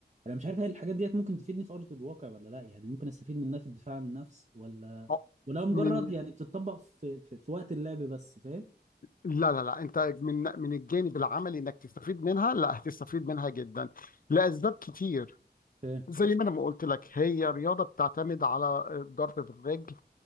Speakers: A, on the right; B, on the left.
A: انا مش عارف هل الحاجات ديت ممكن تفيدني في ارض الواقع ولا لا يعني ممكن استفيد منها في الدفاع عن النفس ولا
B: أه،
A: ولو مجرد
B: من
A: يعني بتطبق في في, في وقت اللعب بس فاهم
B: لا لا لا انت من من الجانب العملي انك تستفيد منها لا هتستفيد منها جدا لأسباب كتير
A: فاهم
B: زي ما انا ما قلت لك هي رياضة بتعتمد على الضرب بالرجل